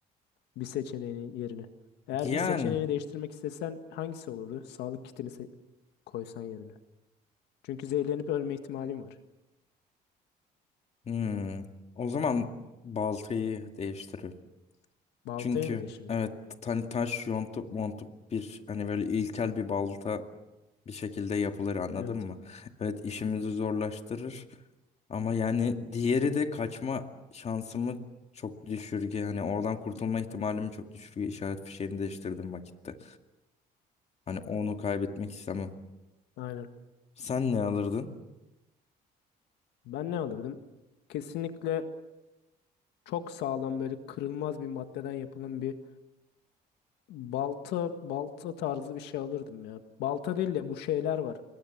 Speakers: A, on the left (about 85°); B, on the left (about 40°).
A: bir seçeneğin yerine. Eğer
B: Yani
A: bir seçeneğini değiştirmek istesen hangisi olurdu? Sağlık kitini se- Koysan yerine. Çünkü zehirlenip ölme ihtimalim var.
B: hmm, o zaman baltayı değiştiririm.
A: Baltayı
B: Çünkü
A: mı değiştirdin?
B: evet hani taş yontup montup bir hani böyle ilkel bir balta bir şekilde yapılır anladın
A: Evet.
B: mı? Evet işimizi zorlaştırır ama yani diğeri de kaçma şansımı çok düşürge hani oradan kurtulma ihtimalimi çok düşürge işaret fişeğini değiştirdim vakitte. Hani onu kaybetmek istemem.
A: Aynen.
B: Sen ne alırdın?
A: Ben ne alırdım? Kesinlikle çok sağlam böyle kırılmaz bir maddeden yapılan bir balta balta tarzı bir şey alırdım ya. Balta değil de bu şeyler var.